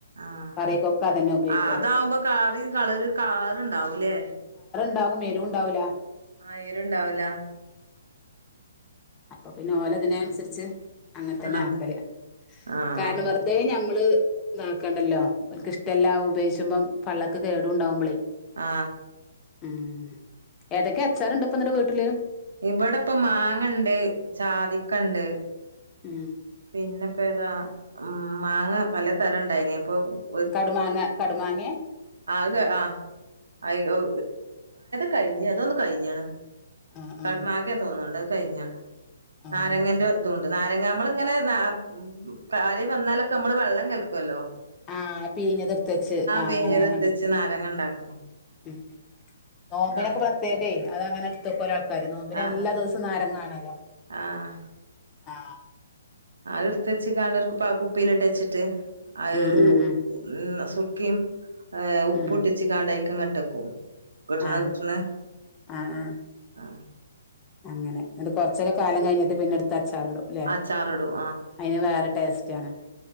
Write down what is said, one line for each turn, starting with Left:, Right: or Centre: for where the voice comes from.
Right: ആ
Left: കറിക്കൊക്കെ അതന്നെ ഉപയോഗിക്കല്
Right: അതാകുമ്പം കളറ് കളറിൻ കളർ ണ്ടാകൂലെ
Left: റുണ്ടാകും എരുണ്ടാകൂല
Right: ആ ഇണ്ടാവൂല
Left: അപ്പം പിന്നെ ഓലതിന് ൻസര്ച് അങ്ങൻത്തന്നെ
Right: ആഹ്
Left: ആക്കല്
Right: ആഹ്
Left: കാരണം വെർതേ ഞമ്മ് ള് ഇതാക്കണ്ടല്ലോ ഓൽക്ക് ഇഷ്ടല്ലാ ഉപയോയ്ചുബ്ബം പള്ളക്ക് കേടുണ്ടാ ഉബളെ
Right: ആ
Left: മ് ഏതൊക്കെ അച്ചാറ്ണ്ട്പ്പം ന്നട്ട് വീട്ട്ല്?
Right: ഇബടപ്പം മാങ്ങണ്ട് ചാതിക്കണ്ട്
Left: മ്
Right: പിന്നപ്പേതാ മാങ്ങ പല തരം ഇണ്ടായിനീം പ്പം <unintelligible>
Left: കടുമാങ്ങ കടുമാങ്ങേ
Right: അ <unintelligible> കഴ്ഞ് എന്തോന്ന് കഴിഞീണ്
Left: ആഹ്
Right: കട്മാഗെ
Left: ആഹ്
Right: തോന്ന്ണ്ട കയ്ഞീണ്
Left: ആഹ്
Right: ന്നാരങ്ങൻ്റെ ദുൺ ട്ട് ന്നാരങ്ങ അമ്മള് ങ്ങനെ ന്നാ <unintelligible> ആരെ വന്നാൽ നമ്മൾ വള്ളം കലകല്ലോ
Left: ആ പീഞത് ഇട്ത്തെച്ച് ആ
Right: പിഴിഞ്ഞതെടുത്ത്
Left: അങനെ ഞാൻ കണ്ട്
Right: വെച്ച്
Left: ക്ക്
Right: നാരങ്ങ ഉണ്ടാക്കും
Left: മ് മ് ന്നോമ്പ്നൊക്കെ
Right: ആഹ്
Left: പ്രത്യേകെ അതങ്ങനെ ഇട്ത്തൊക്കൊ <unintelligible> കാരം ന്നോമ്പിന്
Right: ആഹ്
Left: എല്ലാ
Right: ആഹ്
Left: ദോസും ന്നാരങ്ങാണല്ലോ
Right: ആഹ്
Left: ആ
Right: അത് ഇട്തെച്ച്ങാണ്ട് ഒര് പ കുപ്പില്ട്ട് എചിട്ട് അ
Left: ഉം
Right: ഊ
Left: ഉം ഉം
Right: <unintelligible> തുർക്കിം <unintelligible> ഉപ്പും
Left: ഉം
Right: ട്ട് എച്ങാണ്ട് അയ്കങ്ങട് ട്ടക്കും കിട്ട്ണെ
Left: ആഹ്
Right: കിട്ട്ണെ
Left: ആഹ് ആഹ്
Right: ആ
Left: അങ്ങനെ ങട്ട് കൊണ്ടൊക്കെ കാലം കഴ്ഞ്ട്ട് പിന്നട് ച്ചാറ് ഇടു ലെ
Right: അച്ചാറിടും
Left: അയ്ന് വേറട്ത് ട്ടേസ്റ്റി ആണ്